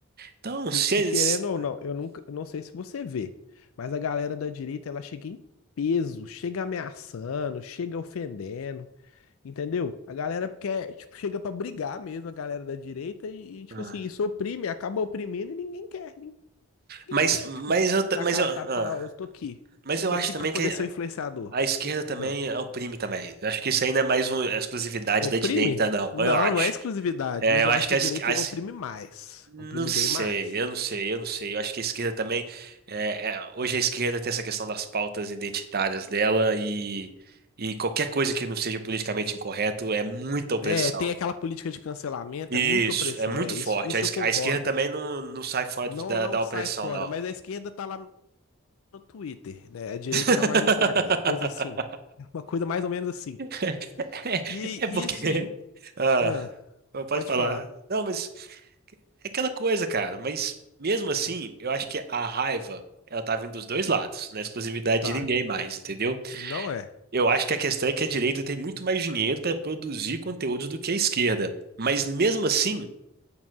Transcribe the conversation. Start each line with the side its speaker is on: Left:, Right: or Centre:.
Right: Então,
Left: E,
Right: se eles.
Left: e querendo ou não, eu nunca, eu não sei se você vê, mas a galera da direita, ela chega em peso, chega ameaçando, chega ofendendo. Entendeu? A galera quer, tipo, chega pra brigar mesmo, a galera da direita, e, e, tipo
Right: Ah,
Left: assim, isso oprime, acaba oprimindo e ninguém quer, ninguém
Right: Mas,
Left: quer,
Right: mas
Left: tipo,
Right: eu, ta-
Left: dar
Right: mas
Left: a cara
Right: eu,
Left: a
Right: ah,
Left: tapa e falar, ó, eu tô aqui,
Right: mas eu
Left: tô
Right: acho
Left: aqui
Right: também
Left: pra poder
Right: que
Left: ser um influenciador.
Right: A esquerda também
Left: Ah,
Right: oprime também. Eu Acho que isso ainda é mais uma exclusividade
Left: Oprime?
Right: da direita, não.
Left: Não,
Right: Eu acho.
Left: não é exclusividade,
Right: É,
Left: mas
Right: eu
Left: eu
Right: acho
Left: acho
Right: que
Left: que
Right: a,
Left: a direita
Right: es- a es-
Left: oprime mais,
Right: Não
Left: oprime
Right: sei,
Left: bem mais.
Right: eu não sei, eu não sei. Eu acho que a esquerda também. é, é, hoje a esquerda tem essa questão das pautas identitárias dela e, e qualquer coisa que não seja politicamente incorreto é muita opressão.
Left: É, tem aquela política de cancelamento,
Right: Isso,
Left: é muita opressão,
Right: é muito
Left: é, isso,
Right: forte.
Left: isso
Right: A, es-
Left: eu concordo.
Right: a esquerda também não, não sai fora
Left: Não,
Right: da,
Left: não
Right: da
Left: sai
Right: opressão,
Left: fora,
Right: não.
Left: mas a esquerda tá lá no Twitter, né? A direita
Right: <laughs>
Left: tá mais no Instagram, coisa assim. <laughs> Uma coisa mais ou menos assim.
Right: <laughs>
Left: E,
Right: É porque.
Left: e assim,
Right: Ah,
Left: ah,
Right: pode
Left: pode
Right: falar.
Left: falar.
Right: Não, mas é aquela coisa, cara. Mas mesmo assim, eu acho que a raiva, ela tá vindo dos dois lados, não é exclusividade
Left: Tá,
Right: de ninguém mais, entendeu?
Left: não é.
Right: Eu acho que a questão é que a direita tem muito mais dinheiro para produzir conteúdo do que a esquerda. Mas mesmo assim,